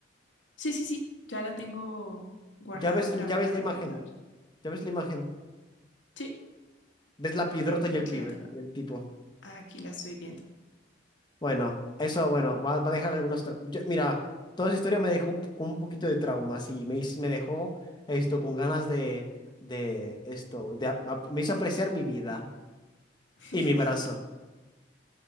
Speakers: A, on the left; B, on the left.
A: Sí, sí, sí, ya la tengo guardada
B: ya ves,
A: para,
B: ya ves
A: para
B: la imagen,
A: poderla ver.
B: ya ves la imagen.
A: Sí,
B: Ves la piedrota y
A: aquí
B: el pibe,
A: la tengo.
B: y el tipo.
A: Aquí la estoy viendo.
B: Bueno, eso, bueno, va, va a dejar algunos... trau- Yo- mira, toda esa historia me dejó un, po- con un poquito de traumas y me, hiz- me dejó esto con ganas de, de esto, de, ap- ap- me hizo apreciar mi vida
A: <laughs>
B: y mi brazo.